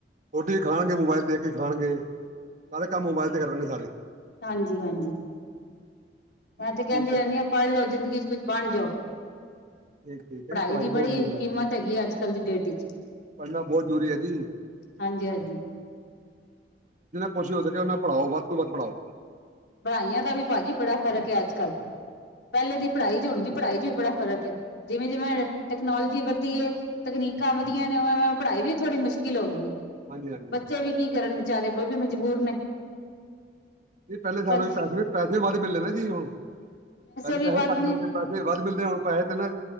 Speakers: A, on the right; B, on the left.
A: ਰੋਟੀ ਵੀ ਖਾਣਗੇ ਮੋਬਾਇਲ ਦੇਖ ਕੇ ਖਾਣਗੇ, ਸਾਰੇ ਕੰਮ ਮੋਬਾਇਲ ਤੇ ਕਰਨਗੇ ਸਾਰੇ।
B: ਹਾਂਜੀ ਹਾਂਜੀ ਮੈਂ ਤੇ
A: ਠੀਕ
B: ਕਹਿੰਦੀ
A: ਹੈ,
B: ਰਹਿੰਦੀ ਹਾਂ ਪੜ੍ਹ ਲਓ ਜ਼ਿੰਦਗੀ ਚ ਕੁੱਝ ਬਣ ਜੋ
A: ਠੀਕ-ਠੀਕ
B: ਪੜ੍ਹਾਈ
A: ਹੈ,
B: ਦੀ
A: ਬਹੁਤ
B: ਬੜੀ
A: ਜ਼ਰੂਰੀ ਹੈ,
B: ਕੀਮਤ ਹੈਗੀ ਅੱਜ ਕੱਲ੍ਹ ਦੀ ਡੇਟ ਚ
A: ਪੜ੍ਹਨਾ ਬਹੁਤ ਜ਼ਰੂਰੀ ਹੈ ਜੀ।
B: ਹਾਂਜੀ ਹਾਂਜੀ
A: ਖੁਸ਼ੀ ਹੋ ਕਿ ਨਾ ਪੜ੍ਹਾਓ ਵਧ ਤੋਂ ਵਧ ਪੜਾਓ
B: ਪੜ੍ਹਾਈਆਂ ਦਾ ਵੀ ਭਾਜੀ ਬੜਾ ਫਰਕ ਹੈ ਅੱਜ ਕੱਲ੍ਹ ਪਹਿਲੇ ਦੀ ਪੜ੍ਹਾਈ ਚ ਹੁਣ ਦੀ ਪੜ੍ਹਾਈ ਚ ਵੀ ਬੜਾ ਫ਼ਰਕ ਹੈ ਜਿਵੇਂ ਜਿਵੇਂ ਟੈਕਨੋਲੋਜੀ ਵਧੀ ਤਕਨੀਕਾਂ ਵਧੀਆ ਨੇ ਉਵੇਂ ਪੜ੍ਹਾਈ ਵੀ ਥੋੜੀ ਮੁਸ਼ਕਿਲ ਹੋ ਗਈ
A: ਹਾਂਜੀ ਹਾਂਜੀ
B: ਬੱਚੇ ਵੀ ਕੀ ਕਰਨ ਵਿਚਾਰੇ ਉਹ ਵੀ ਮਜਬੂਰ ਨੇ
A: ਪਹਿਲੇ ਸਾਲ
B: ਪਰ
A: ਪੈ ਪੈੇ ਵੱਧ ਮਿਲਦੇ ਨੇ ਨਾ ਜੀ ਹੁਣ ਪਹਿਲੇ
B: ਵੀ
A: ਪੈਸੇ
B: ਵੱਧ
A: ਘੱਟ
B: ਨੇ
A: ਮਿਲਦੇ ਪੈਸੇ ਵੱਧ ਮਿਲਦੇ ਹੁਣ ਪੈਸੇ ਤਿੰਨ